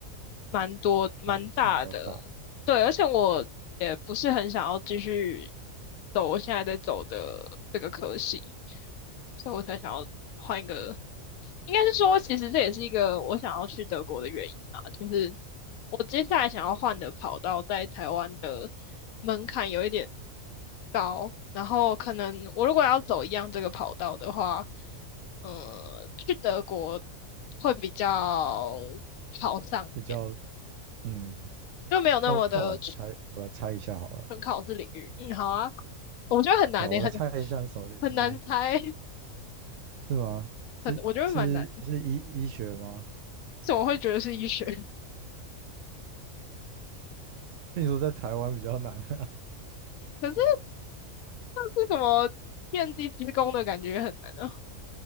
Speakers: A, on the left (about 80°); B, on the right (about 70°).
A: 蛮多、蛮大的。
B: 弹性比较大，
A: 对，而且我也不是很想要继续走我现在在走的这个科系，所以我才想要换一个应该是说，其实这也是一个我想要去德国的原因啊，就是我接下来想要换的跑道在台湾的门槛有一点高，然后可能我如果要走一样这个跑道的话，呃，去德国会比较好上一点，
B: 比较嗯。
A: 就没有那么的
B: 那我那我来猜，我来猜一下好了，
A: 纯考试领域。嗯，好啊，我觉得很难诶、
B: 对啊，我来猜一下是什么领域？
A: 很很难猜，
B: 是吗？是是是医医学吗？
A: 很我觉得蛮难，怎么会觉得是医学？<laughs>
B: 因为你说在台湾比较难啊，
A: 可是是什么电机之工的感觉很难啊。